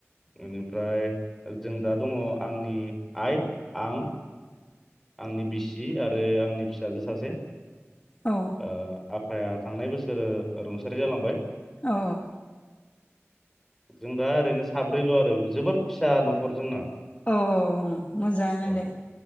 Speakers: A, in the centre; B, on the left.
A: एनिफ्राय जों दा दङ' आंनि आइ आं आंनि बिसि आरो आंनि फिसाजो सासे
B: औ
A: ओ आफाया थांनाय बोसोर रुंसारि जालांबाय
B: औ
A: जों दा ओरैनो साब्रैल' आरो जोबोद फिसा न'खर जोंना
B: औ औ ओं मोजाङानो
A: औ
B: दे